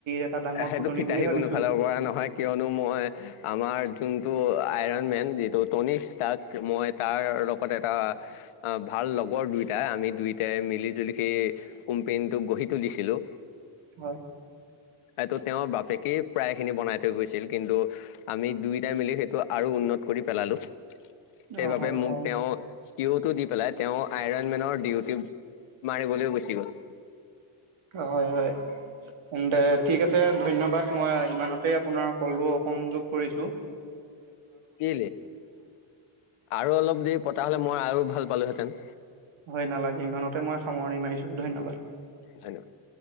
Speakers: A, on the right; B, on the left.
A: এটা ডাঙৰ
B: সেইটো
A: ফুটনি
B: ফিতাহী
A: বুলি ভাবিছো
B: কোনো ফালৰ পৰা নহয়। কিয়নো মই আমাৰ যোনতটো আইৰন মেন যিটো টনিশ তাক মই তাৰ লগত এটা ভাল লগৰ দুইটাই আমি দুইটাই মিলি জুলি সেই গঢ় ত দিছিলো
A: হয়
B: এইটো তেওঁৰ বাপেকেই প্ৰায় খিনি বনাই থৈ গৈছিল কিন্তু আমি দুইটাই মিলি সেইটো আৰু উন্নত কৰি পেলালো। সেইবাবে
A: অ হয়
B: মোক
A: হয়
B: তেওঁ চি অটো দি পেলাই তেওঁ আইৰণ মেনৰ ডিউটি মাৰিবলৈও গুচি গ 'ল।
A: হয় হয় তেন্তে ঠিক আছে। ধন্যবাদ। মই ইমানতে আপোনাৰ কলটোসযোগ কৰিছো।
B: কি আৰু অলপ দেৰি পতা হ'লে মই আৰু ভাল পালোহেতেঁ‌ন।
A: হয় নালাগে। ইমানতে মই সামৰণি মাৰিছো ধন্যবাদ।
B: ধন্যবাদ।